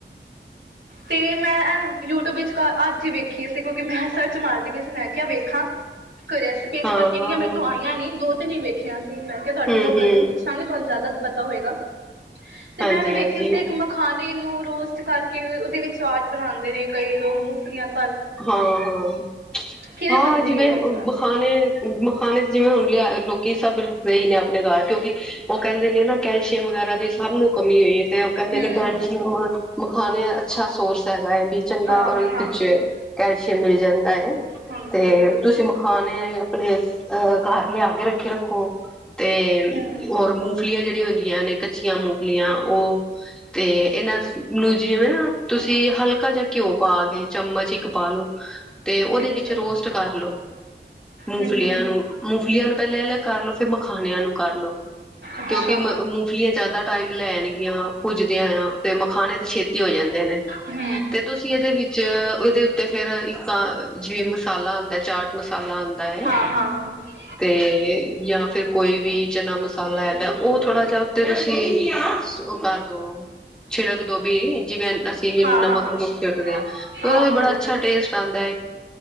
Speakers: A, on the right; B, in the centre.
A: ਤੇ ਮੈਂ ਐ ਯੂਟਿਊਬ ਵਿੱਚਕਾਰ ਅੱਜ ਤੇ ਵੇਖੀ ਸੀ ਕਿਉਂਕਿ ਮੈਂ ਸਰਚ ਮਾਰਦੀ ਵੀ ਸੀ, ਮੈਂ ਕਿਹਾ ਵੇਖਾਂ। ਕੋਈ ਰੈਸਪੀਸ,
B: ਹਾਂ
A: ਪਰ ਇੰਨੀਆਂ
B: ਹਾਂ
A: ਮੇਰੇ ਤੋਂ
B: ਹਮ
A: ਆਈਆਂ ਨੀ ਦੋ ਨਹੀਂ ਵੇਖਿਆ ਸੀ। ਮੈਂ ਕਿਹਾ ਤੁਹਾਨੂੰ
B: ਹਮ
A: ਫੋਨ ਕਰਕੇ ਪੁੱਛਾਂਗੇ ਤੁਹਾਨੂੰ ਜ਼ਿਆਦਾ ਪਤਾ ਹੋਏਗਾ। ਤੇ
B: ਹਾਂਜੀ
A: ਮੈਂ ਵੀ ਵੇਖਿਆ
B: ਹਾਂਜੀ
A: ਸੀ, ਇੱਕ ਮਖਾਣੇ ਨੂੰ ਰੋਸਟ ਕਰਕੇ ਦੇ ਵਿੱਚ ਚਾਟ ਬਣਾਉਂਦੇ ਨੇ ਕਈ ਲੋਕ ਮੁਫਲੀਆਂ
B: ਹਾਂ ਹਾਂ।
A: ਕਿਵੇਂ
B: ਹਾਂ
A: ਬਣਦੀ
B: ਜਿਵੇਂ
A: ਹੈ
B: ਬ
A: ਚਾਟ
B: ਬਖਾਨੇ ਮਖਾਨੇ ਚ ਜਿਵੇਂ ਹੂੰਦੀ ਐ, ਲੋਕੀ ਸਭ ਲਈ ਨੇ ਆਪ। ਨਕਾਰ ਕਿਉਂਕਿ ਓ ਕਹਿੰਦੇ ਨੇ ਨਾ ਕੈਲਸ਼ੀਅਮ ਵਗੈਰਾ ਦੀ ਸਭ ਨੂੰ ਕਮੀ ਹੋਈ ਐ ਤੇ ਉਹ ਕਹਿੰਦੇ
A: ਹਮ
B: ਨੇ ਕੈਲਸ਼ੀਅਮ, ਮਖਾਣੇ ਅੱਛਾ ਸੋਰਸ ਹੈਗਾ ਏ, ਵੀ ਚੰਗਾ
A: ਹਾਂ
B: ਔਰ
A: ਹਾਂ
B: ਪਿੱਛੇ। ਕੈਲਸ਼ੀਅਮ ਮਿਲ ਜਾਂਦਾ ਏ
A: ਹਾਂਜੀ
B: ਤੇ
A: ਬਿਲਕੁਲ
B: ਤੁਸੀਂ ਮਖਾਣੇ ਆਪਣੇ ਅਹ ਘਰ ਲਿਆ ਕੇ ਰੱਖੇ ਰੱਖੋ। ਤੇ ਅ
A: ਹਮ
B: ਹੋਰ ਮੂੰਫਲੀਆਂ ਜਿਹੜੀਆਂ ਹੁੰਦੀਆਂ ਨੇ ਕੱਚੀਆਂ ਮੂੰ ਲੀਆਂ ਉਹ ਤੇ ਇਹਨਾਂ ਨੂੰ ਜਿਵੇਂ ਨਾ, ਤੁਸੀਂ ਹਲਕਾ ਜਿਹਾ ਘਿਓ ਪਾ ਕੇ, ਚਮਚ ਇੱਕ ਪਾਲੋ। ਤੇ ਉਹਦੇ
A: ਅੱਛਾ
B: ਵਿੱਚ ਰੋਸਟ ਕਰ ਲੋ, ਮੂੰਫਲੀਆਂ
A: ਹਮ ਹਮ
B: ਨੂੰ, ਮੂੰਫਲੀਆਂ ਨੂੰ ਪਹਿਲੇ ਅਲੱਗ ਕਰ ਲੋ, ਫਿਰ ਮਖਾਣਿਆਂ ਨੂੰ ਕਰਲੋ।
A: ਅੱਛਾ
B: ਕਿਉਂਕਿ ਮੂੰਫਲੀਆਂ ਜ਼ਿਆਦਾ ਟਾਈਮ ਲੈਣਗੀਆਂ ਭੁਜਦਿਆਂ ਆਂ ਤੇ ਮਖਾਣੇ ਤੇ ਛੇਤੀ ਹੋ ਜਾਂਦੇ ਨੇ,
A: ਹਮ
B: ਤੇ ਤੁਸੀਂ ਇਹਦੇ ਵਿੱਚ ਇਹਦੇ ਉੱਤੇ ਇੱਕ ਅ ਜਿਵੇਂ ਮਸਾਲਾ ਆਂਦਾ ਐ, ਚਾਟ ਮਸਾਲਾ ਆਂਦਾ ਏ,
A: ਹਾਂ ਹਾਂ ਹਾਂ
B: ਤੇ ਜਾਂ ਫਿਰ ਕੋਈ ਵੀ ਚਨਾ ਮਸਾਲਾ ਹੈਗਾ ਐ, ਉਹ ਥੋੜਾ ਜਿਹਾ ਉੱਤੇ ਤੁਸੀਂ ਉਹ ਕਰਦੋ, ਛਿੜਕ ਦੋ ਬੀ ਜਿਵੇਂ ਅਸੀਂ ਨਮਕ
A: ਹਾਂ
B: ਨੁਮਕ ਛਿੜਕਦੇ ਆ ਤੇ
A: ਹਾਂ
B: ਉਹਦਾ ਵੀ
A: ਹਾਂ
B: ਬੜਾ
A: ਬਿਲਕੁਲ
B: ਅੱਛਾ ਟੇਸਟ ਆਂਦਾ ਏ,